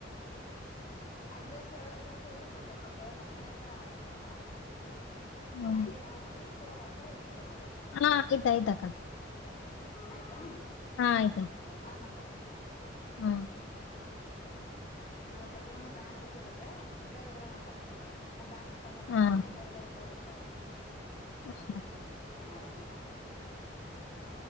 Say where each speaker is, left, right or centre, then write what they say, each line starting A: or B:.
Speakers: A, on the left (about 40°); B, on the left (about 80°).
A: ಅಡ್ರೆಸ್ ಸ್ವಲ್ಪ ಹುಡುಕು ಕೆಲೋಂದು್ ಸ್ವಲ್ಪ ಆಕಡೆ ಈ ಕಡೆ ಆಗಿರ್ತಾವ.
B: ಹ್ಮ್
A: I F S C code ಅಂತ ಇರ್ತತೆ ನೋಡು.
B: ಹಾ ಆಯ್ತ ಆಯ್ತಾಕ್ಕ.
A: ಆಯ್ತಾ.
B: ಹಾ ಆಯ್ತಾ.
A: ಆ ನಂಬರ್.
B: ಹ್ಮ.
A: ಅದು ಪ್ರತಿಯೊಂದು ಬ್ಯಾಂಕ್ಗೂ ಇರುತ್ತೆ ಬೇರೆ ಬೇರೆ ನಮ್ <unintelligible> ಬ್ಯಾಂಕಿಗೆ ಸಂಬಂಧಿಸಿದಂಗೆ
B: ಹಾ
A: ಬೇರೆ ಬೇರೆ ಕೋಡ್ ಇರ್ತಾವ.
B: ಹ್ಮ.
A: ಹ್ಮ್ ಅದು.